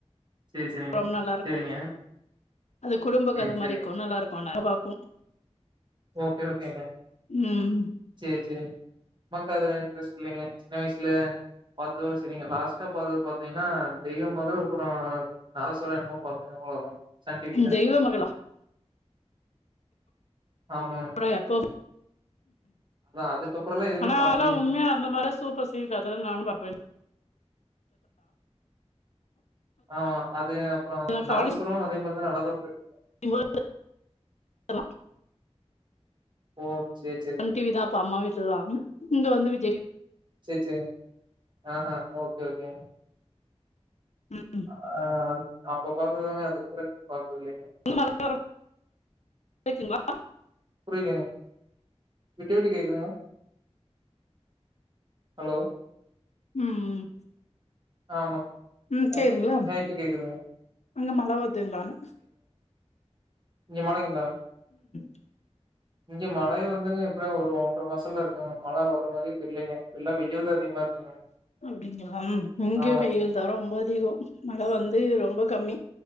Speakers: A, on the right (about 40°); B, on the left (about 80°).
A: சேரி சேரிங்க
B: ரொம்ப நல்லா இருக்கு
A: சேரிங்க
B: அது குடும்ப
A: சேரி
B: கத
A: சேரிங்க
B: மாரி இருக்கு நல்லா இருக்கு நல்லா பாப்போ
A: ஓகே ஓகேங்க
B: ம்
A: சேரி சேரி மத்ததுல இன்ட்ரெஸ்ட் இல்லங்க சின்ன வயசுல பாத்ததோட சேரிங்க லாஸ்ட்டா பாத்தது பாத்தீங்ன்னா தெய்வம் மகள் அப்புறோ நா சொல்ற என்னமோ பாத்தேங்க அவ்ளோதாங்க சன் டிவில
B: ம் தெய்வ மகளா
A: ஆமா
B: தா எப்போ
A: அதுக்கப்புறல்லா எதுவுமே
B: ஆனா
A: பாக்கலைங்க
B: அதா உண்மையக அந்த மாரிலா சூப்பர் சீனு அதெல்லா நானு பாப்பே <inaudible>
A: ஆமா அது அப்புறோ
B: நா
A: நாதஸ்வரோ
B: காலேஜ்
A: அதே மாரிதா நல்லாதா போய்ட்டு
B: <inaudible>
A: ஓ சேரி சேரி
B: சன் டிவி தா அப்ப அம்மா வீட்லலெல்லாம் இங்க வந்து விஜய்
A: சேரி சேரி ஆ ஹா ஓகே ஓகே
B: ம் ம்
A: ஆ அந் அப்ப பாக்குறதாங்க அதுக்கப்புறோ எது பாக்கறதில்லங்க
B: வந்து மலையோரம் <inaudible> ங்ளா
A: புரியலங்க விட்டு விட்டு கேக்குதுங்க ஹலோ
B: ம்
A: ஆமா.
B: ம் சேரிங்ளா
A: அ ஆ இப்ப கேக்குதுங்க.
B: அங்க மழ வருங்கலானு
A: இங்கே மழைங்கலா
B: ம் <inaudible>
A: இங்க மழைய வந்துங்க எப்படியும் ஒரு ஒன்ற மாசம்ல இருக்குங்க மழை வர்ற மாரியே தெரியிலங்க எல்லா வெயில்தா அதிகமா இருக்குங்க
B: அப்டிங்களா இங்கே
A: ஆமாமா.
B: வெயில் தா ரொம்ப அதிகம் மழ வந்து ரொம்ப கம்மி